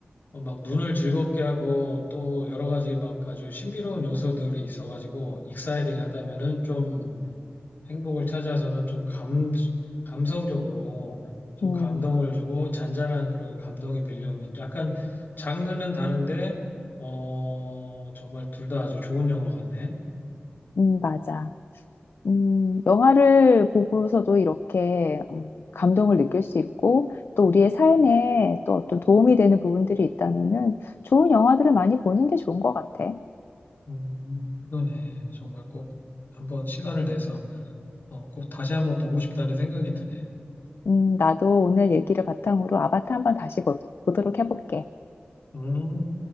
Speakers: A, on the left (about 55°); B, on the left (about 75°).
A: 어, 막 눈을 즐겁게 하고 또 여러 가지 막 아주 신비로운 요소들이 있어가지고 익사이딩 하다면은 좀 행복을 찾아서는 좀 감, 감성적으로 좀
B: 음,
A: 감동을 주고 잔잔한 그런 감동이 밀려오는 약간 장르는 다른데 어 정말 둘 다 아주 좋은 영화 같네.
B: 음, 맞아. 음, 영화를 보고서도 이렇게 음, 감동을 느낄 수 있고 또 우리의 삶에 또 어떤 도움이 되는 부분들이 있다면은 좋은 영화들을 많이 보는 게 좋은 것 같아.
A: 음, 그러네 정말 꼭 한번 시간을 내서 어, 꼭 다시 한번 보고 싶다는 생각이 드네.
B: 음, 나도 오늘 얘기를 바탕으로 아바타 한번 다시 보, 보도록 해볼게.
A: 음.